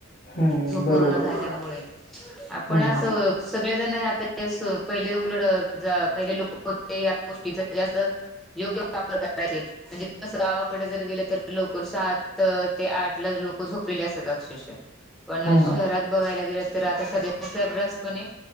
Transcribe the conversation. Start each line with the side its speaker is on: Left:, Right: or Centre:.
Left: हम्म
Centre: झोप
Left: बरोबर
Centre: पूर्ण झाल्यामुळे आपण
Left: हम्म.
Centre: असं सगळे जण ह्यात असं पहिले उलड पहिले लोक होते या गोष्टीच जास्त- योग्य वापर करायचे म्हणजे कसं गाव, कडे जर गेलं तर लवकर सात ते आठ ला लोक झोपलेले असतात अक्षरक्षा. पण
Left: हम्म
Centre: शहरात बघायला गेलं तर आता सध्याचा सर्रासपणे,